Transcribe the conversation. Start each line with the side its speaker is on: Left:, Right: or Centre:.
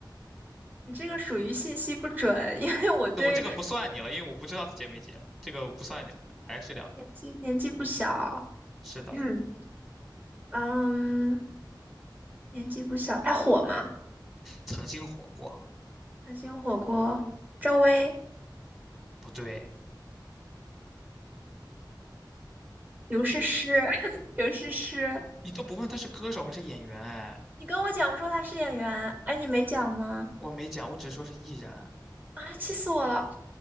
Right: 你这个属于信息不准，因为我对
Centre: 那我这个不算你了，因为我不知道他结没结，这个不算你了还是两个。
Right: 年纪年纪不小，
Centre: 是的，
Right: 嗯嗯，年纪不小，他火吗？
Centre: 曾经火过，
Right: 可心火锅，赵薇，
Centre: 不对，
Right: 刘诗诗，<laughs> 刘诗诗，
Centre: 你都不问他是歌手还是演员，哎，
Right: 你跟我讲说她是演员，哎，你没讲吗？
Centre: 我没讲，我只是说是艺人，
Right: 啊，气死我了！